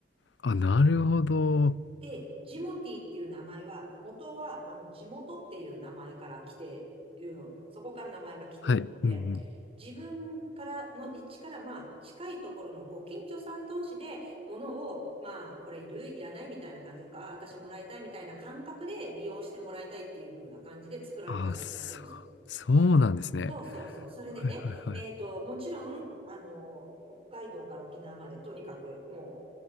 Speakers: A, on the left; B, on the right.
A: あ、なるほど。
B: で、ジモティっていう名前は、元は、あの、地元っていう名前から来ているの、そこから名前が来ているので、
A: はい。うんうん。
B: 自分からの位置から、まあ、近いところのご近所さん同士で、物を、まあ、これいる、いらないみたいな感じで、ああ、私もらいたいみたいな感覚で利用してもらいたいっていう風な感じで作られたサイトっぽいんですよ。
A: あ、そう、そうなんですね。
B: そうそうそう。それでね、
A: はいはいはい。
B: えっと、もちろん、あの、北海道から沖縄まで、とにかく、も